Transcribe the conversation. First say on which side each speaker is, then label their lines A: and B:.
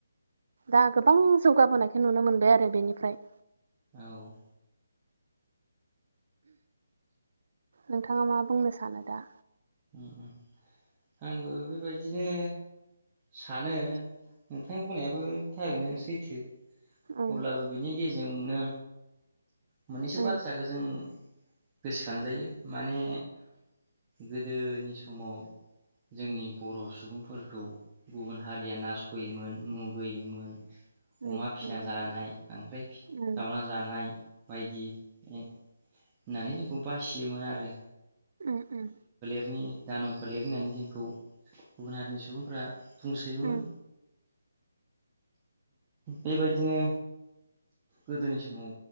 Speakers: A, on the right (about 60°); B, on the right (about 25°).
A: दा गोबां जौगाबोनायखौ नुनो मोनबाय आरो बेनिफ्राय
B: औ।
A: नोंथाङा मा बुंनो सानो दा?
B: उम उम आंबो बेबायदिनो सानो नोंथांनि बुंनायाबो बो थारैनो सैथो।
A: उम
B: अब्लाबो बिनि गेजेर जोंनो मोननैसो
A: उम
B: बाथ्राखौ‌ जों गोसोखांजायो माने गोदोनि समाव जोंनि बर' सुबुंफोरखौ गुबुन हारिया नासयोमोन मुगैयोमोन
A: उम
B: अमा फिसिना
A: नंगौ
B: जानाय खांख्राय फि जावना
A: उम
B: जानाय बायदि एं होननानै जोंखौ बासियोमोन आरो
A: उम उम
B: नि दानब फोलेर होननानै जोंखौ गुबुन हारिनि सुबुंफ्रा बुंसोयोमोन
A: उम
B: बेबायदिनो गोदोनि समाव